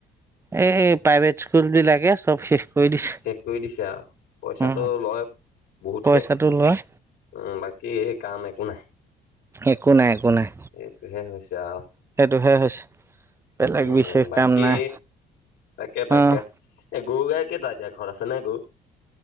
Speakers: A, on the right; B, on the left.
A: এই প্ৰাইভেট স্কুল বিলাকে চব শেষ কৰি দিছে।
B: শেষ কৰি দিছে আও পইচাটো
A: উম,
B: লয় বহুতকে
A: পইচাটো লয়
B: উম বাকী এই কাম একো নাই।
A: একো নাই একো নাই।
B: এইটোহে হৈছে আও
A: সেইটোহে হৈছে। বেলেগ
B: উম
A: বিশেষ
B: বাকী
A: কাম নাই
B: তাকে তাকে
A: অ',
B: এ গৰু গায় কেইটা এতিয়া ঘৰত আছে গৰু